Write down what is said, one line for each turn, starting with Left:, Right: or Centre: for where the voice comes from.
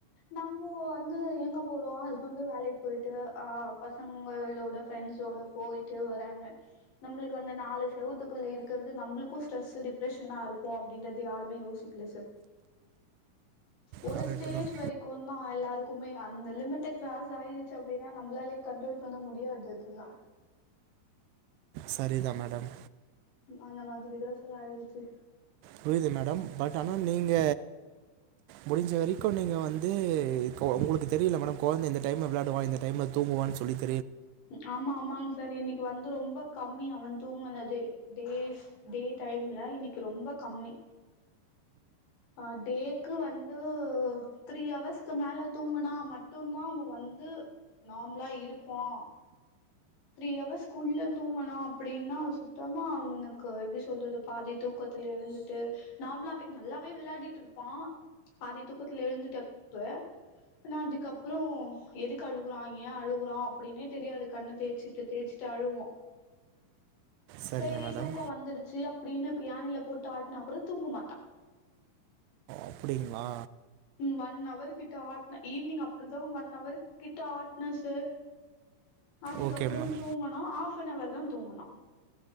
Left: நம்போ வந்து எங்க போறோ ஹஸ்பண்ட்டு வேலைக் போய்ட்டு அ பசங்கள் ளோட ப்ரெண்ட்ஸ்ஸோட போய்ட்டு வராங்க நம்பளுக்கு அந்த நாலு செவுத்துக்குள்ள இருக்குறது நம்புளுக்கு ஸ்ட்ரெஸ்ஸு டிப்ரெஷனாருக்கோ அப்டின்றது யாருமே யோசிக்க ல சர் ஒரு
Right: கரெக்ட்டு
Left: ஸ்டேஜ்
Right: தான்.
Left: வரைக்குந்தா எல்லாருக்குமே அந்த லிமிட்ட கிராஸ் ஆய்ருச்சி‌ அப்டின்னா நம்பளாலே கண்ட்ரோல் ல் பண்ண முடியாது அதுல்லா
Right: சரிதா மேடம்
Left: அந்த மாதிரிதா சார் ஆய்ருச்சி
Right: புரியுது மேடம் பட் ஆனா நீங்க முடிஞ்ச வெரிக்கு நீங்க வந்து இப்போ உங்களுக்கு தெரியுல்ல மேடம் கொழந்த இந்த டைம்ல விளாடுவா இந்த டைம்ல தூங்குவான்னு சொல்லித்
Left: ஆமா ஆமாங் சார் இன்னிக்கு வந்து ரொம்ப க கம்மி அவன் தூங்குனது டேஸ் டே டைம்ல இன்னிக்கு ரொம்ப கம்மி அ டேக்கு வந்து த்ரீ ஹவர்ஸ்க்கு மேல தூங்குனா மட்டுந்தா அவ வந் து நார்ம்லா இருப்பா த்ரீ ஹவர்ஸ்க்குள்ள தூங்கணா அப்டின்னா சுத்தமா அவுனுக்கு எப்டி சொல்றது பாதி தூக்கத் துல எழந்துட்டு நார்மலாவே நல்லாவே விளையாடிட்ருப்பா பாதி துக்குத்துல எழந்துட்டப்ப நா அதுக்கப்புறோ எதுக்கு அழுவுறா ஏ அழுவுறா அப்டின்னே தெரியாது கண்ணத் தேச்சிட்டு தேச்சிட்டு அழுவ்வா
Right: சரிங்க
Left: செரி
Right: மேடம்.
Left: தூக்கோ வந்துடுச்சி அப் அப்டின்னு யானையில போட்டு ஆட்டினா கூட தூங்க மாட்டா
Right: அப்டிங்ளா
Left: ம் ஒன் அவர்கிட்ட ஆட்ன ஈவினிங் அப்டிதா ஒன் அவர்கிட்ட ஆட்ன சார் அதுக்கப்புறோ‌
Right: ஓகே மேம்.
Left: தூங்கணா ஆஃப்பன்அவர் தா தூங்கணா